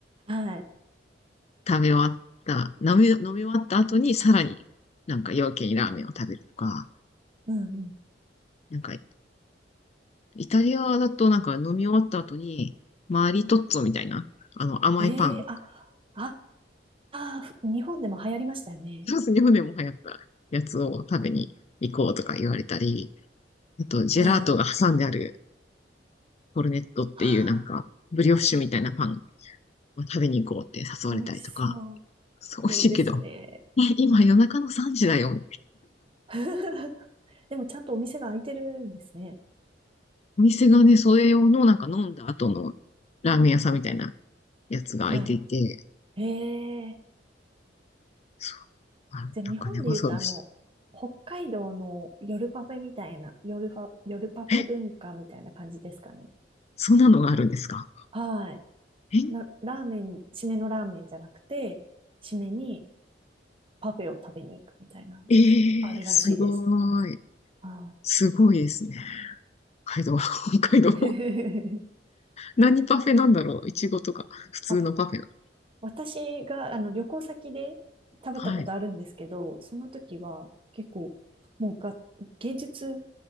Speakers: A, on the right (about 30°); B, on the left (about 35°).
A: はい。
B: 食べ終わった、飲み、飲み終わった後にさらになんか夜明けにラーメンを食べるとか、
A: うんうん。
B: なんか、イタリアだとなんか飲み終わった後に、マリトッツォみたいな、あの甘いパン、
A: へえ、あ、
B: <laughs>
A: あ、あ、日本でも流行りましたよね。
B: フランス日本でも流行ったやつを食べに行こうとか言われたり、あとジェラートが挟んである
A: はい。
B: コルネットっていうなんか、
A: あ
B: ブリオッシュみたいなパンを食べに行こうって誘われたりとか、
A: あ、美味しそう。
B: そう、美味しいけど。
A: いいですね。
B: <laughs> え、今夜中の3時だよ。
A: <laughs> でもちゃんとお店が開いてるんですね。
B: お店がね、それ用のなんか飲んだ後のラーメン屋さんみたいなやつが開いていて、
A: はい。へえ。
B: そう、あ、
A: じゃあ日本で言うとあの、
B: なんかね、恐ろし
A: 北海道の夜パフェみたいな、夜ファ、夜パフェ文化みたいな感じですかね。
B: い。え、そんなのがあるんですか
A: はい。
B: え、
A: な、ラーメン、締めのラーメンじゃなくて、締めにパフェを食べに行くみたいな、
B: えー、
A: あるらしいです。
B: すごい。
A: は
B: すごいですね。北海道、<laughs> 北海道。
A: い。
B: 何パフェなんだろう。いちごとか、
A: <laughs>
B: 普通のパフェ。
A: あ、私があの旅行先で食べたことあるんですけど、
B: はい。
A: その時は結構、もうが、芸術